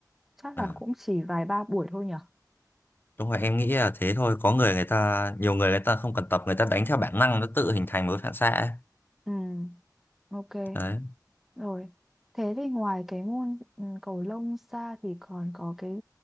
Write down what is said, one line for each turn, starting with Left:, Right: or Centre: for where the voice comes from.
Centre: Chắc
Left: Ờ,
Centre: là cũng chỉ vài ba buổi thôi nhở?
Left: đúng rồi em nghĩ là thế thôi có người người ta nhiều người người ta không cần tập người ta đánh theo bản năng nó tự hình thành một cái phản xạ ấy.
Centre: Ừ, ok,
Left: đấy
Centre: rồi. Thế thì ngoài cái môn ừ, cầu lông ra thì còn có cái